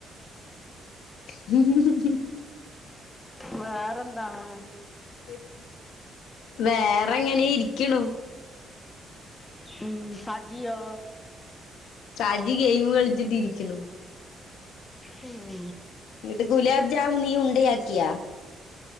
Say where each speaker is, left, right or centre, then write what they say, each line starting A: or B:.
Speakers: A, on the left; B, on the left.
A: <unintelligible>
B: വേറെന്താണ്
A: <unintelligible> വേറെങ്ങനെ ഇരിക്ക്‌ണു
B: ഉം സജിയോ
A: ഷാജി ഗെയിം കളിച്ചിട്ടിരിക്കുന്നു
B: ഉം
A: എന്നിട്ട് ഗുലാബ് ജാമ് നീ ഉണ്ടയാക്കിയാ